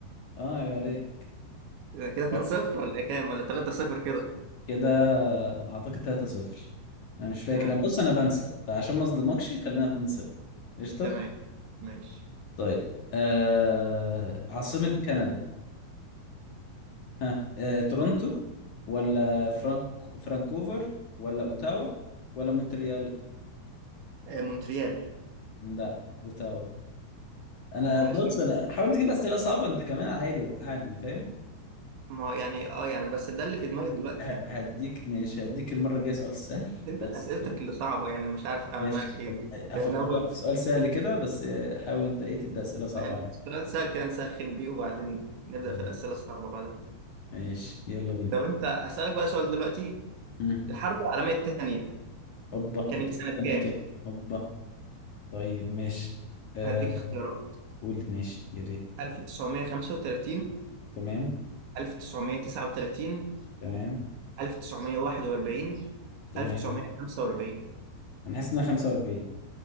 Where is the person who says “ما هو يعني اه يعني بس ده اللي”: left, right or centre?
Right